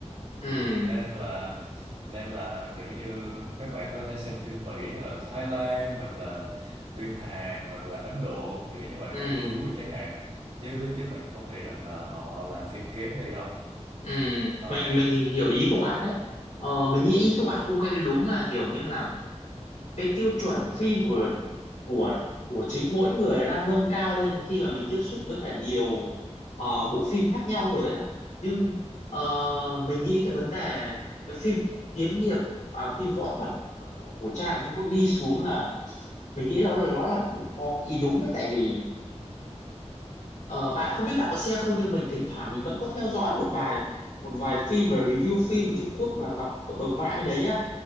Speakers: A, on the left; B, on the right.
A: ừ
B: Ừm, nên là nên là kiểu như các bạn có thể xem phim Mỹ hoặc là Thái Lan hoặc là phim Hàn hoặc là Ấn Độ kiểu như vậy
A: ừ
B: của Bollywood chẳng hạn chứ chứ mình không nghĩ rằng là họ làm phim kém đi đâu
A: ừ
B: Ờ.
A: mình mình hiểu ý của bạn đấy ờ, mình nghĩ ý của bạn cũng cái đúng là kiểu như là cái tiêu chuẩn phim của của của chính mỗi người nó đang nâng cao lên khi mà mình tiếp xúc với cả nhiều ờ, bộ phim khác nhau rồi á nhưng ờ, mình nghĩ cái vấn đề cái phim kiếm hiệp à, phim võ thuật cổ trang ở Trung Quốc đi xuống là mình nghĩ nó là nó là cũng có ý đúng đấy tại vì Ờ, bạn không biết bạn có xem không nhưng mình thỉnh thoảng mình vẫn có theo dõi một bài một vài phim và review phim của Trung Quốc và đọc cộng đồng mạng bên đấy nhá